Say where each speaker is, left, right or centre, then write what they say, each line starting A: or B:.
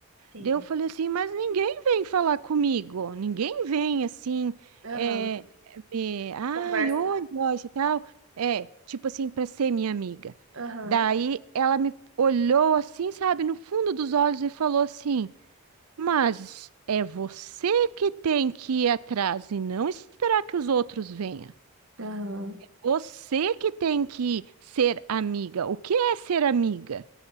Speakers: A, on the right; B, on the right.
A: Sim,
B: Daí eu falei assim, mas ninguém vem falar comigo, ninguém vem assim,
A: aham,
B: é, me, ai,
A: conversar.
B: oi, Joyce e tal. É, tipo assim, para ser minha amiga.
A: Aham,
B: Daí ela me olhou assim, sabe, no fundo dos olhos e falou assim, mas é você que tem que ir atrás e não esperar que os outros venham.
A: aham,
B: Você que tem que ser amiga. O que é ser amiga?